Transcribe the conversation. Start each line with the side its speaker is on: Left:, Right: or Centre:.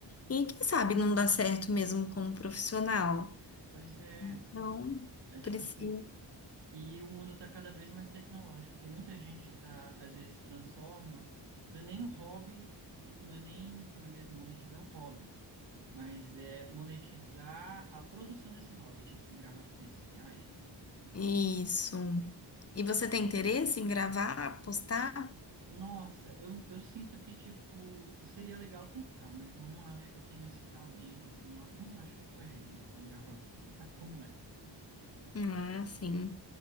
Left: e quem sabe não dá certo mesmo como profissional.
Right: Pois é,
Left: Então,
Right: é tipo
Left: precisa.
Right: assim. E o mundo tá cada vez mais tecnológico. Tem muita gente que tá, às vezes, transforma. Não é nem o hobby, fi- não é nem, como é mesmo, monetizar o hobby. mas é monetizar a produção desse hobby, tipo, se gravar para as redes sociais.
Left: Isso. E você tem interesse em gravar, postar?
Right: Nossa, eu, eu sinto que, tipo, seria legal tentar, mas eu não acho que eu tenho esse talento, assim, não, não me acho fotogênico para gravar coisa, sabe como é?
Left: Ah, sim.